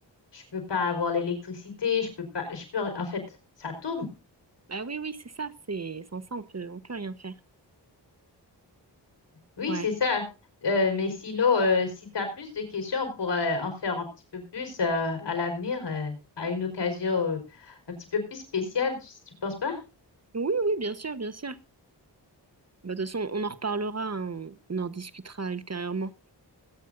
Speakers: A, on the left; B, on the right.
A: je peux pas avoir l'électricité, je peux pas, je peux, en fait, ça tourne.
B: Bah oui, oui, c'est ça, c'est sans ça, on peut, on peut rien faire.
A: Oui,
B: Ouais.
A: c'est ça. Euh, mais sinon, euh, si tu as plus de questions, on pourrait en faire un petit peu plus euh, à l'avenir, euh, à une occasion euh, un petit peu plus spéciale, tu, tu penses pas?
B: Oui, oui, bien sûr, bien sûr. Bah, de toute façon, on en reparlera, hein, on, on en discutera ultérieurement.